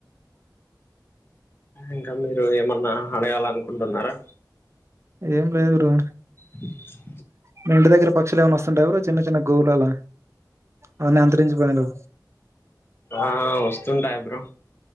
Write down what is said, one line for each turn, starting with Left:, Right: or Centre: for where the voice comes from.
Left: ఇంకా మీరు ఏమన్నా అడగాలనుకుంటున్నారా
Right: ఏం లేదు బ్రో
Left: అ
Right: మీ ఇంటి దగ్గర పక్షలు ఏమన్న వస్తుంటాయి బ్రో చిన్న చిన్న గోవులా అలా అవన్ని అంతరించిపోయాడు
Left: ఆ వస్తుంటాయి బ్రో